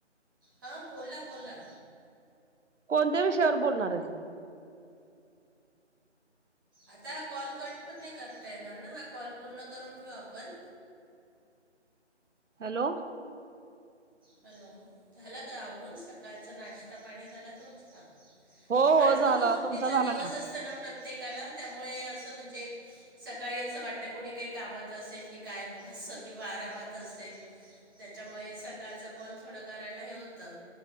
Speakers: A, on the right (about 20°); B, on the right (about 80°).
A: हां बोला बोला.
B: कोणत्या विषयावर बोलणार आहे?
A: आता हा कॉल कट पण नाही करता येणार ना. हा कॉल पूर्ण करून घेऊ आपण.
B: हॅलो,
A: हॅलो, झाला का आवरून? सकाळचं नाश्ता पाणी झाला तुमचा?
B: हो हो
A: आज
B: झाला
A: कसं सुट्टीचा
B: तुमचा झाला
A: दिवस
B: का
A: असत ना प्रत्येकाला, त्यामुळे असं म्हणजे सकाळी असं वाटतं कोणी काही कामात असेल कि काय बुवा अस. किंवा आरामात असेल. त्याच्यामुळे सकाळचा कॉल थोडं करायला हे होतं.